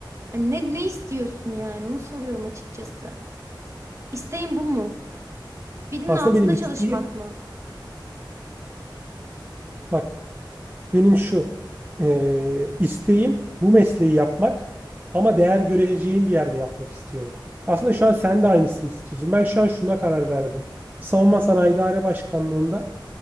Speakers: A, on the right; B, on the right.
A: Hani ne, ne istiyorsun yani? Onu soruyorum açıkçası. İsteğin bu mu? Birinin
B: Aslında
A: altında
B: benim isteğim
A: çalışmak mı?
B: bak benim şu e, isteğim bu mesleği yapmak ama değer göreceğim bir yerde yapmak istiyorum. Aslında şu an sen de aynısını istiyorsun. Ben şu an şuna karar verdim. Savunma Sanayi İdare Başkanlığı'nda